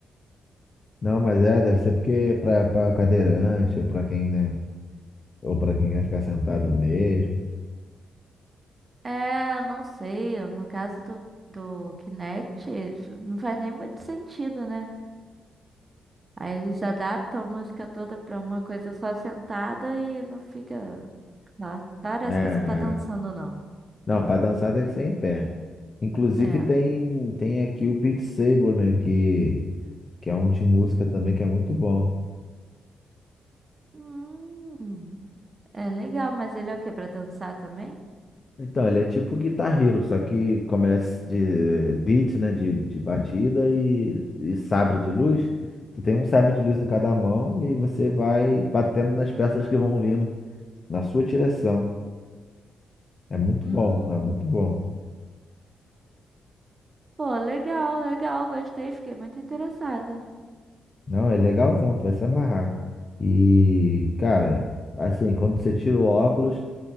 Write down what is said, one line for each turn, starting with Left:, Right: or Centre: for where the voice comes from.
Left: Não, mas é, deve ser porque pra, pra cadeirante, ou pra quem, né? Ou pra quem quer ficar sentado mesmo.
Right: É, não sei, no caso do, do Kinect, isso não faz nem muito sentido, né? Aí eles adaptam a música toda pra uma coisa só sentada e não fica lá. Parece
Left: É,
Right: que você tá dançando,
Left: é.
Right: não.
Left: Não, pra dançar tem que ser em pé. Inclusive
Right: É.
Left: tem, tem aqui o Beat Saber, né? Que, que é um de música também que é muito bom.
Right: Hum, é legal, mas ele é o quê? Pra dançar também?
Left: Então, ele é tipo Guitar Hero, só que como ele é s- de beat, né? De, de batida e, e sabre de luz. Tu tem um sabre de luz em cada mão e você vai batendo nas peças que vão vindo na sua direção. É muito
Right: Hum,
Left: bom, é muito bom.
Right: pô, legal, legal, gostei, fiquei muito interessada.
Left: Não, é legalzão, tu vai se amarrar. E, cara, assim, quando você tira o óculos.